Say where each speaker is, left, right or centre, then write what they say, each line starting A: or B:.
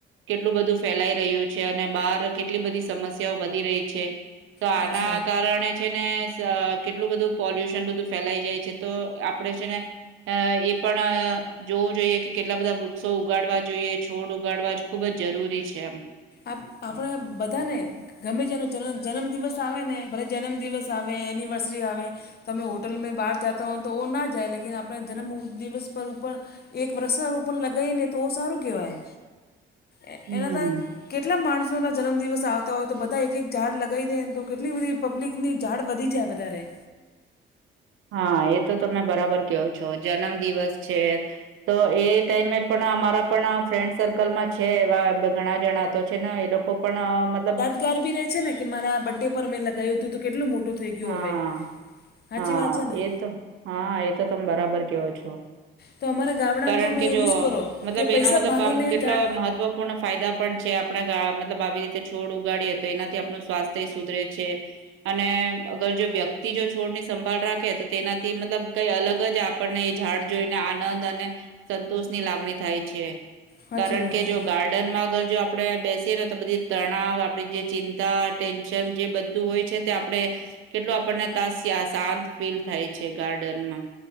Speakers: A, on the right; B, on the left.
A: કેટલું બધું ફેલાઈ રહ્યું છે અને બહાર કેટલી બધી સમસ્યાઓ વધી રહી છે. તો
B: સાચી
A: આના
B: વાત
A: કારણે છે ને કેટલું બધું પોલ્યુશન બધું ફેલાઈ જાય છે તો આપણે છે ને અ એ પણ જોવું જોઈએ કે કેટલા બધા વૃક્ષો ઉગાડવા જોઈએ છોડ ઉગાડવા જ ખુબ જ જરૂરી છે એમ
B: આપ આપણા બધાને ગમે તેનો જન્મ દિવસ આવે ને ભલે જન્મ દિવસ આવે એનિવર્સરી આવે તમે હોટલ મે બહાર જાતા હો તો ના જાય પણ આપણા જન્મ દિવસ પર ઉપર એક વર્સારું પણ લગાવી ને તો સારું કહેવાય.
A: <inaudible>
B: એ
A: હમ્મ,
B: એના તો કેટલા માણસોના જન્મદિવસ આવતા હોય તો બધા એક એક ઝાડ લગી દે ને તો કેટલી બધી પબ્લિકની ઝાડ વધી જાય વધારે
A: હા એ તો તમે બરાબર કહો છો જન્મ દિવસ છે તો એ ટાઈમે પણ અમારા પણ ફ્રેન્ડ સર્કલમાં છે એવા ઘણા જણા તો છે ને એ લોકો પણ મતલબ
B: ત્યા રબી છે કે મારા આ બર્થડે પરમેં લગાવું હતું તો કેટલું મોટું થઈ ગયું
A: હા
B: હવે સાચી
A: હા
B: વાત છે ને
A: એ તો હા એ તો તમે બરાબર કહોછો.
B: તો અમારા ગામડામાં
A: કારણ
B: તો અમે
A: કે
B: એવું
A: જો
B: જ કરો
A: મતલબ
B: કે પૈસા
A: એનો મતલબ
B: ભાંગીને
A: આમ કેટલો
B: જા
A: મહત્વ પૂર્ણ ફાયદા પણ છે આપણે મતલબ આવી રીતે છોડ ઉગાડીએ તો એનાથી આપણું સ્વાસ્થ્ય સુધરે છે. છે અને અગર જો વ્યક્તિ જો છોડની સંભાળ રાખે તો તેનાથી મતલબ કઈ અલગ જ આપણને એ ઝાડ જોઈને આનંદ અને સંતોષ ની લાગણી થાય છે,
B: સાચી
A: કારણ
B: વાત
A: કે
B: છે
A: જો ગાર્ડન. ડનમાં અગર જો આપણે બેસીએ ને તો બધી તણાવ આપણી જે ચિંતા ટેન્શન જે બધું હોય છે તે આપણે આપણે કેટલું આપણને તા શાંત ફીલ થાય છે ગાર્ડનમાં.